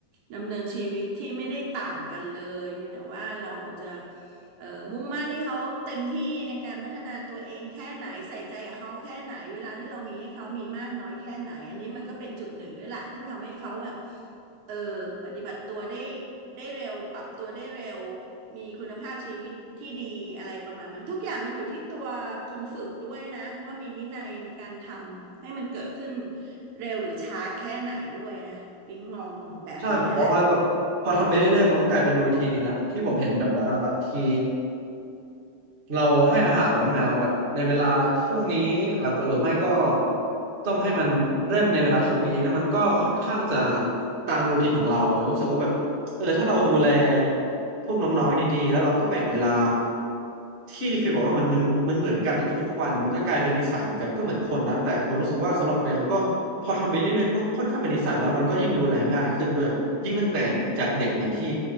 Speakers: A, on the right (about 70°); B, on the right (about 40°).
A: ดำเนินชีวิตที่ไม่ได้ต่างกันเลยเพียงแต่ว่าเราจะเอ่อมุ่งมั่นให้เขาเต็มที่ในการพัฒนาตัวเองแค่ไหนใส่ใจกับเขาแค่ไหนเวลาที่เรามีให้เขามีมากน้อยแค่ไหนอันนี้มันก็เป็นจุดหนึ่งด้วยล่ะที่ทำให้เขาแบบ เออปฏิบัติตัวได้ได้เร็วปรับตัวได้เร็วมีคุณภาพชีวิตที่ดีอะไรประมาณนั้นทุกอย่างมันอยู่ที่ตัวคนฝึกด้วยนะว่ามีวินัยในการทำให้มันเกิดขึ้นเร็วหรือช้าแค่ไหนด้วยนะปิ๊งมองแบบนี้แหละ
B: ใช่ผมมองว่าแบบพอทำไปเรื่อยๆมันก็กลายเป็นรูทีนดีนะที่ผมเห็นแบบว่าบางที เราให้อาหารน้องแมวแบบในเวลาช่วงนี้แล้วก็หรือไม่ก็ต้องให้มันเล่นในเวลาช่วงนี้แล้วมันก็ค่อนข้างจะตามรูทีนของเราแล้วรู้สึกว่าแบบเออถ้าเราดูแลพวกน้องๆดีๆแล้วเราก็แบ่งเวลาที่เฟยบอกว่ามันมันมันเหมือนกันในทุกๆวันมันจะกลายเป็นนิสัยเหมือนกันก็เหมือนคนนะแต่ผมรู้สึกว่าสำหรับแมวก็พอทำไปเรื่อยๆก็ค่อนข้างเป็นนิสัยแล้วมันก็ยิ่งดูแลง่ายขึ้นด้วยยิ่งตั้งแต่จากเด็กเหมือนที่